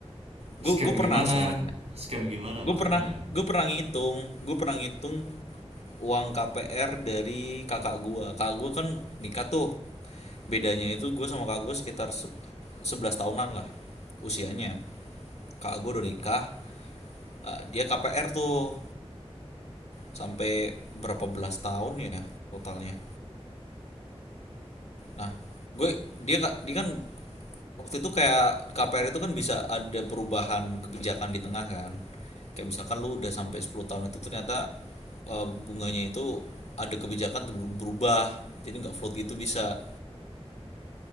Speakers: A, on the right; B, on the left.
A: Scam
B: Gue gue pernah
A: gimana?
B: soalnya.
A: Scam gimana
B: Gue
A: maksudnya?
B: pernah gue pernah ngitung, gue pernah ngitung uang KPR dari kakak gua kakak gua kan nikah tuh bedanya itu gua sama kakak gua sekitar 11 tahunan lah usianya kakak gua udah nikah eh, dia KPR tuh sampai berapa belas tahun ya totalnya Nah, gue dia nggak dia kan waktu itu kayak KPR itu kan bisa ada perubahan kebijakan di tengah kan. Kayak misalkan lu udah sampai 10 tahun itu ternyata eh, bunganya itu ada kebijakan berubah. Jadi nggak float gitu bisa.